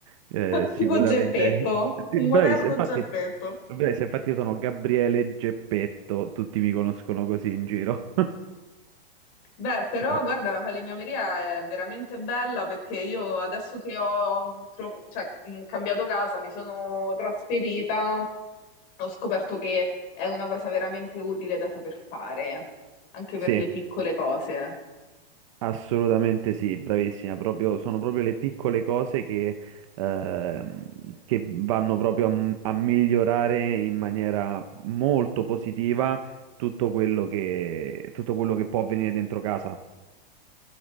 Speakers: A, on the right (about 35°); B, on the left (about 30°).
A: Eh,
B: <laughs>
A: sicuramente.
B: Tipo Geppetto,
A: Sì,
B: un
A: Bravissimo,
B: moderno
A: infatti,
B: Geppetto.
A: bravissimo, infatti io sono Gabriele Geppetto, tutti mi conoscono così in giro. <laughs>
B: Beh, però
A: No,
B: guarda, la falegnameria è veramente bella perché io adesso che ho mm, tro- cioè, mh, cambiato casa, mi sono trasferita, ho scoperto che è una cosa veramente utile da saper fare, anche per
A: sì.
B: le piccole cose.
A: Assolutamente sì, bravissima, proprio, sono proprio le piccole cose che, ehm, che vanno proprio a, m- a migliorare in maniera molto positiva tutto quello che, tutto quello che può avvenire dentro casa.